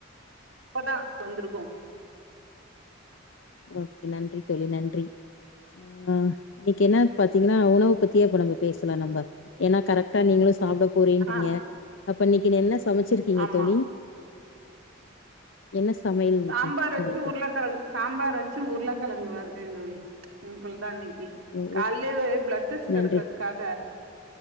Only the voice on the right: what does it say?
இப்பதா வந்துருக்கோ
ஆ
ஆமா
சாம்பார் வெச்சு
உருளக்கெழங்க் சாம்பார் வெச்சு உருளக்கெழங்கு வருத்தே தோழி சிம்பிள்தா இன்னிக்கு
கால்லயே
பிளட் டெஸ்ட்
எடுக்கதுக்காக